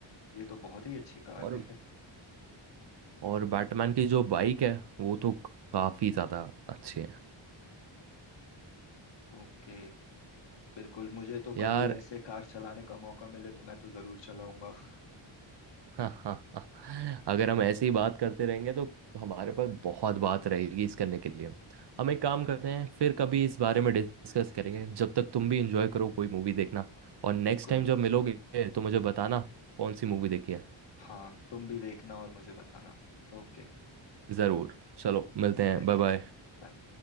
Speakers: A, on the left; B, on the right.
A: ये तो बहुत ही अच्छी कार
B: और
A: है
B: और बैटमैन की जो बाइक है वो तो काफी ज्यादा अच्छी है
A: ओके बिल्कुल मुझे तो
B: यार
A: कभी ऐसे कार चलाने का मौका मिले तो मैं तो जरूर चलाऊंगा <laughs>
B: <laughs> हाँ हाँ हाँ अगर हम ऐसे ही बात करते रहेंगे तो हमारे पास बहुत बात रहेगी इस करने के लिए
A: सही
B: हम एक काम
A: बात
B: करते
A: है
B: हैं फिर कभी इस बारे में डिस्कस करेंगे जब तक तुम भी इंजॉय करो कोई मूवी देखना और नेक्स्ट
A: बिल्कुल
B: टाइम
A: दोस्त
B: जब मिलोगे तो मुझे बताना कौन सी मूवी देखी है
A: हाँ तुम भी देखना और मुझे बताना ओके
B: ज़रूर चलो मिलते हैं
A: मिलते
B: Bye bye
A: हैं बाय